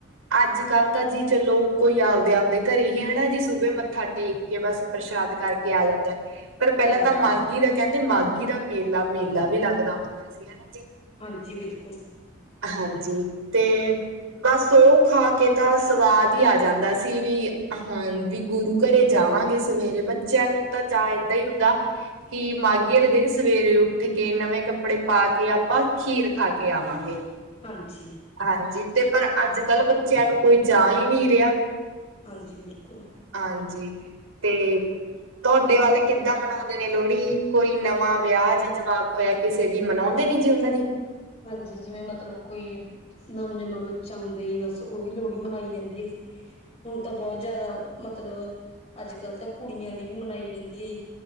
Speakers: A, on the right; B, on the left.
A: ਅੱਜ -ਕੱਲ ਤਾਂ ਜੀ ਚਲੋ ਕੋਈ ਆਪਦੇ -ਆਪਦੇ ਘਰੇ ਹੀ ਹਨਾ ਜੀ ਸੂਬੇ ਮੱਥਾ ਟੇਕ ਕੇ ਬਸ ਯਾਦ ਕਰਕੇ ਆ ਜਾਂਦਾ ਐ। ਪਰ ਪਹਿਲਾਂ
B: ਹਾਂਜੀ
A: ਤਾਂ ਮਾਗੀ ਦਾ ਕਹਿੰਦੇ ਮਾਗੀ ਦਾ ਮੇਲਾ ਵੀ ਲੱਗਦਾ ਹੁੰਦਾ ਸੀ, ਹੈਨਾ ਜੀ।
B: ਹਾਂਜੀ, ਬਿਲਕੁਲ।
A: ਹਾਂਜੀ, ਤੇ ਬਸ ਉਹ ਖਾ ਕੇ ਤਾਂ ਸਵਾਦ ਹੀ ਆ ਜਾਂਦਾ ਸੀ ਵੀ ਹਾਂਜੀ ਗੁਰੂ ਘਰੇ ਜਾਵਾਂਗੇ ਸਵੇਰੇ ਬੱਚਿਆਂ ਨੂੰ ਤਾਂ ਚਾਹੇ ਇਦਾਂ ਹੀ ਹੁੰਦਾ। ਕਿ ਮਾਗੀ ਆਲੇ ਦਿਨ, ਸਵੇਰੇ ਉੱਠ ਕੇ, ਨਵੇਂ ਕੱਪੜੇ ਪਾ ਕੇ, ਆਪਾਂ ਖੀਰ ਖਾ ਕੇ ਆਵਾਂਗੇ।
B: ਹਾਂਜੀ
A: ਹਾਂਜੀ, ਤੇ ਪਰ ਅੱਜ -ਕੱਲ ਬੱਚਿਆਂ ਨੂੰ ਕੋਈ ਚਾਹ ਹੀ ਨਹੀਂ ਰਿਹਾ।
B: ਹਾਂਜੀ, ਬਿਲਕੁਲ।
A: ਹਾਂਜੀ ਤੇ ਤੁਹਾਡੇ ਵੱਲ ਕਿੱਦਾਂ ਮਨਾਉਂਦੇ ਨੇ ਲੋੜੀ ਕੋਈ ਨਵਾਂ ਵਿਆਜ ਜਵਾਕ ਹੋਇਆ ਕਿਸੇ ਦੀ ਮਨ ਤੇ ਨਹੀਂ ਜੇ ਉਹਨਾਂ ਦੀ
B: ਹਾਂਜੀ ਜਿਵੇਂ ਮਤਲਬ ਕੋਈ ਨਮ- ਜਮਾ ਬੱਚਾ ਹੁੰਦਾ ਬਸ ਉਹਦੀ ਲੋਹੜੀ ਮਨਾਈ ਜਾਂਦੀ ਹੈ ਜੀ। ਹੁਣ ਤਾਂ ਬਹੁਤ ਜਿਆਦਾ ਮਤਲਬ ਅੱਜ ਕੱਲ ਤਾਂ ਕੁੜੀਆਂ ਦੀ ਵੀ ਮਨਾਈ ਜਾਂਦੀ ਹ